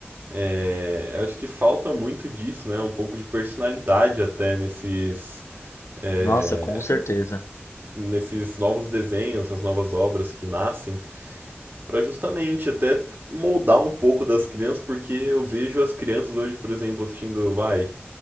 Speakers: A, on the right (about 50°); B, on the left (about 85°).
A: é, acho que falta muito disso, né? Um pouco de personalidade até nesses, é,
B: Nossa, com certeza.
A: nesses novos desenhos, essas novas obras que nascem. para justamente até moldar um pouco das crianças, porque eu vejo as crianças hoje, por exemplo, assistindo, vai,